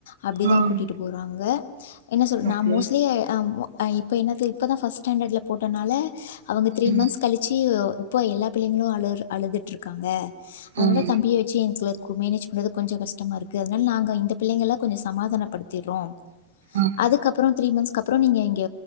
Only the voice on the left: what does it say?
அப்படிதான்
கூட்டிட்டு போறாங்க என்ன சொல்
நான் மோஸ்ட்லி ஹ இப்ப என்னது இப்பதான் ட்ரஸ்ட் ஸ்டாண்டர்ட்ல போட்டனால த்ரீ
மந்த்ஸ் கலச்சி இப்போது எல்லா பிள்ளைங்களும் அழு அழுதுகடட்டுருக்காங்க அதனால
தம்பியை வச்சு எனக்குல மேனேஜ் பண்றது கொஞ்சம் கஷ்டமா இருக்கு அதனால நாங்க இந்த பிள்ளை எல்லாம் கொஞ்சம் சமாதானப்படுத்தடுறோம்
அதுக்கப்புறம் த்ரீ மந்த்ஸ் அக்கப்புற நீங்க